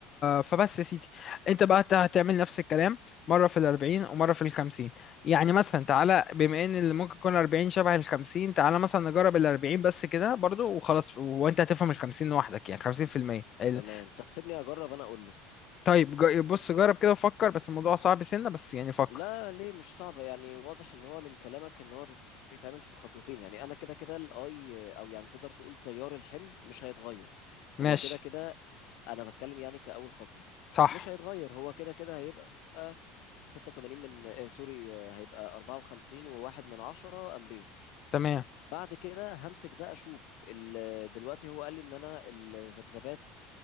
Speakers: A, on the left; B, on the left.
A: فبس يا سيدي انت بقى هت- هتعمل نفس الكلام مرة في الأربعين ومرة في الخمسين يعني مثلا تعالى بما ان اللي ممكن يكون أربعين شبه الخمسين تعالى مثلا نجرب الأربعين بس كده برضو وخلاص وانت هتفهم الخمسين لوحدك يعني خمسين في المية ال-
B: تمام طب سيبني اجرب انا اقول لك
A: طيب ج- بص جرب كده وفكر بس الموضوع صعب سنة بس يعني فكر
B: لا ليه مش صعبه يعني واضح ان هو من كلامك ان هو بيتعمل في خطوتين يعني انا كده كده الاي او يعني تقدر تقول تيار الحمل مش هيتغير
A: ماشي
B: هو كده كده انا بتكلم يعني كاول خطوه
A: صح
B: مش هيتغير هو كده كده هيبقى 86 من آه سوري آه هيبقى 54 وواحد من عشرة امبير
A: تمام
B: بعد كده همسك بقى اشوف ال- دلوقتي هو قال لي ان انا الذبذبات